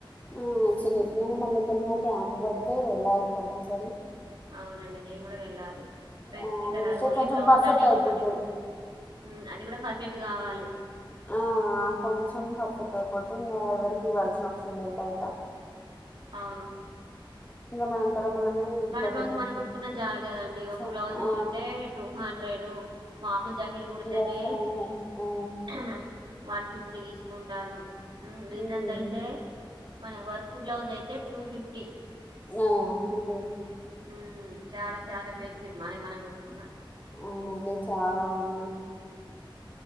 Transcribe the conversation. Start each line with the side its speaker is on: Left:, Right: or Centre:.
Left: ఆ చిన్న చిన్నగా మళ్ళా ఎక్కనాన్న క్యాంపు పడితే వెళ్ళాలి. కంపల్సరీ.
Right: అవునండి, నేను కూడా వెళ్ళాలి. డ్రెస్
Left: ఆ!
Right: ఇతర
Left: వెళ్తే
Right: అది ఓన్లీ
Left: కొంచెం
Right: బ్లౌజ్
Left: పర్ఫెక్ట్
Right: కటింగ్
Left: అయిపోతది.
Right: ఒకటి హుమ్ అది కూడా పర్ఫెక్ట్ కావాలి.
Left: ఆఅ ఆ కొంచెం పర్ఫెక్ట్ అయిపోతే, ఇంగా ఎవరికి ఇవ్వాల్సిన అవసరం లేదు బయట.
Right: అవును
Left: ఇంగా మనంతర మనమే ఇంట్లో
Right: మన బ్లౌజ్
Left: కొంచెం
Right: మనం కుట్టుకున్న చాలు కదండి.
Left: చ
Right: ఒక బ్లౌజ్
Left: ఆ!
Right: కుడితే టూ హండ్రెడ్ మామూలు జాకీట్ లీగూడ్తానే
Left: అట్లా ఉన్నాయి. ఆ!
Right: ట్రూర్ వన్ ఫిఫ్టీ తీసుకుంటాలు, హు డెజైంది
Left: హ్మ్.
Right: అయితే మన వర్క్ బ్లౌజ్ అయితే టు ఫిఫ్టీ
Left: నా టుడే
Right: హుహ్ చాలా చాలా బెనిఫిట్ మానై మనం కొట్టుకున్నా.
Left: అవునండి చాలా ఉంది.